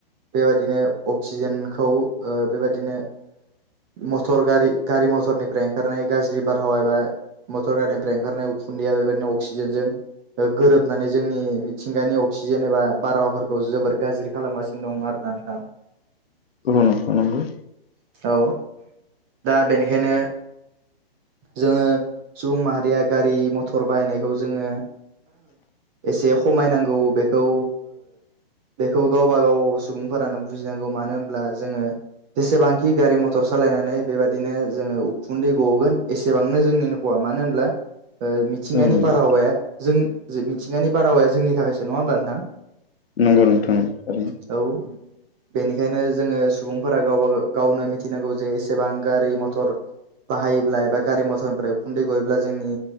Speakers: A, on the right; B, on the left.
A: बेबादिनो अक्सिजेनखौ ओ बेबादिनो मटर गारि गारि मथरनिफ्राय ओंखारनाय गाज्रि बारहावा एबा मटर गारिनिफ्राय ओंखारनाय उखुन्दैया बेबायदिनो अक्सिजेनजों गोरोबनानै जोंनि मिथिंगानि अक्सि जेनेबा बारहावाफोरखौ जोबोर गाज्रि खालामगासिनो दं आर ना नोंथां
B: गोबानाव नंगौ
A: औ दा बेनिखायनो जोङो सुबुं माहारिया गारि मथर बाहायनायखौ जोङो एसे खमायनांगौ बेखौ बेखौ गावब गाव सुबुंफोरानो बुजिनांगौ मानो होनब्ला जोङो जेसेबांखि गारि मथर सालायनानै बेबदिनो जोङो उखुन्दै गगोन एसेबांनो जोंनि हौवा मानो होनब्ला मिथिंगानि
B: औ नंगौ
A: बारहावाया जों मिथिंगानि बारहावाया जोंनि थाखायसो नङा होमब्ला नोंथाङां
B: नंगौ नोंथां थारै
A: औ बेनिखायनो जोङो सुबुंफोरा गावबा गावनो मिथिनांगौ जे एसेबां गारि मथर बाहायोब्ला एबा गारि मथरनिफ्राय उखुन्दै गयोब्ला जोंनि